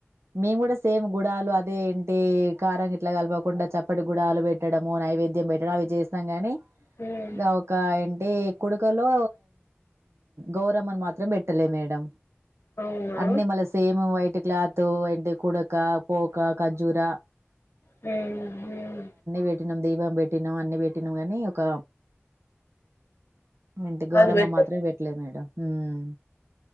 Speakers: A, on the right (about 80°); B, on the left (about 65°).
A: మేము కూడా సేమ్ గుడాలు అదేంటి కారం గింట్ల కలపకుండా చప్పటి గుడాలు పెట్టడము నైవేద్యం పెట్టడం అవి చేస్తాం గాని
B: హ్మ్.
A: గా ఒక ఏ అంటే కుడుకలో గౌరమ్మని మాత్రం పెట్టలే మేడం
B: అవునా
A: అన్నీ మళ్ళ సేమ్ వై ఇంటి క్లాత్, ఎండి కుడకా, పోకా, ఖార్జురా
B: మ్మ్ మ్మ్
A: పెట్టినాం దీపం పెట్టినం అన్ని పెట్టినం కానీ ఒక ఏంటి గౌరమ్మ
B: అది బెటర్
A: మాత్రమే పెట్లే మేడం హ్మ్